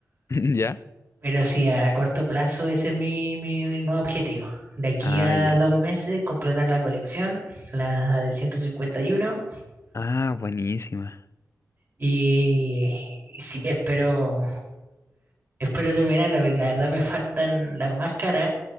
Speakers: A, on the left; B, on the right.
A: <laughs> Ya.
B: Pero sí, a corto plazo ese es mi, mi nuevo objetivo. De aquí
A: Ah,
B: a
A: ya.
B: dos meses completar la colección, la de 151.
A: Ah, buenísima.
B: Y, uno. y y sí, espero, espero terminarla, porque la verdad me faltan las máscaras.